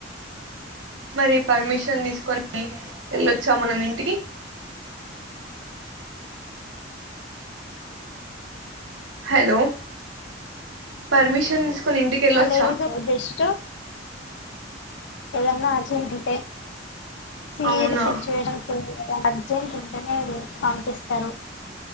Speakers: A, on the right (about 80°); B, on the left (about 65°).
A: మరి పర్మిషన్ తీసుకొని వెళ్ళొచ్చా మనం ఇంటికి హలో పర్మిషన్ తీసుకొని ఇంటికి వెళ్ళొచ్చా
B: హా లేదు జస్ట్ ఎదన్నా అర్జెంట్ ఉంటే సీరిస్
A: అవునా
B: సిచువేషన్ ఉంటే అర్జెంట్ ఉంటేనే పంపిస్తారు